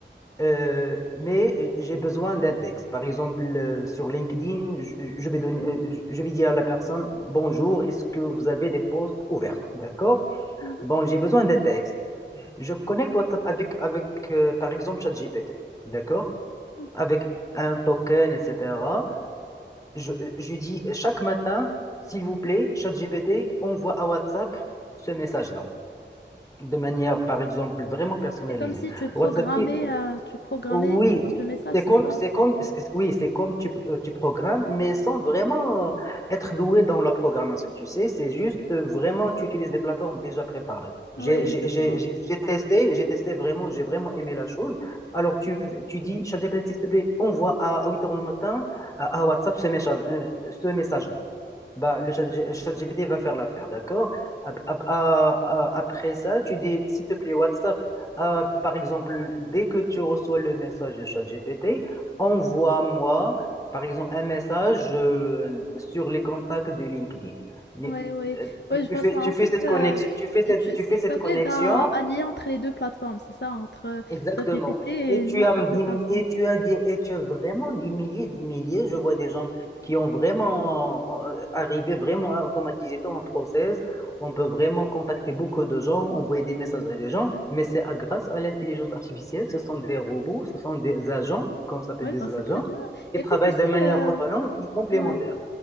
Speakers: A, on the left; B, on the left.
A: Euh, mais euh, j'ai besoin d'un texte. Par exemple, euh, sur LinkedIn, je, je vais donner, euh, je vais dire à la personne, bonjour, est-ce que vous avez des postes ouverts? D'accord?
B: Mhm,
A: Bon, j'ai besoin d'un texte. Je connecte WhatsApp avec, avec euh, par exemple, ChatGPT. D'accord?
B: mhm.
A: Avec un token, etc. Je, euh, je dis chaque matin, s'il vous plaît, ChatGPT envoie à WhatsApp ce message-là. De manière, par exemple, vraiment personnalisée.
B: C'est comme si tu programmais,
A: WhatsApp qui,
B: euh, tu programmais
A: Oui,
B: l'envoi de messages,
A: c'est
B: c'est
A: comme,
B: ça?
A: c'est comme, c'est- oui, c'est comme tu, euh, tu programmes, mais sans vraiment euh, être doué dans la programmation, tu sais, c'est juste euh, vraiment, tu utilises des plateformes déjà préparées. J'ai,
B: Oui,
A: j'ai,
B: je
A: j'ai,
B: vois.
A: j'ai j'ai testé, j'ai testé vraiment, j'ai vraiment aimé la chose. Alors, tu, tu dis, ChatGPT, s'il te plaît, envoie à 8 heures le matin à, à WhatsApp ce message, euh, ce message-là. Bah, le chat, le chat GPT va faire l'affaire, d'accord? Ap- ap- a- a- Après ça, tu dis, s'il te plaît, WhatsApp, euh, par exemple, dès que tu reçois le message de chat GPT, envoie-moi, par exemple, un message euh, sur les contacts de LinkedIn. Les-
B: Oui, oui.
A: euh, Tu,
B: Oui, je
A: tu
B: vois
A: fais,
B: ça.
A: tu
B: En
A: fais
B: fait,
A: cette
B: euh,
A: connexion, tu fais cette,
B: tu-
A: tu
B: c'est-
A: fais cette
B: ça
A: connexion.
B: t'aide à, à lier entre les deux plateformes, c'est ça, entre
A: Exactement.
B: GPT
A: Et
B: et
A: tu
B: notre
A: as, me
B: application.
A: dit- et tu as, des- et tu as vraiment des milliers, des milliers. Je vois des gens qui ont vraiment euh, arrivé vraiment à automatiser ton process. On peut vraiment contacter beaucoup de gens, envoyer des messages à des gens, mais c'est à- grâce à l'intelligence artificielle. Ce sont des robots, ce sont des agents, qu'on s'appelle
B: Oui,
A: des
B: bah, c'est
A: agents,
B: très bien.
A: qui
B: Écoute,
A: travaillent
B: tu sais,
A: de manière
B: euh,
A: autonome et complémentaire.
B: ouais,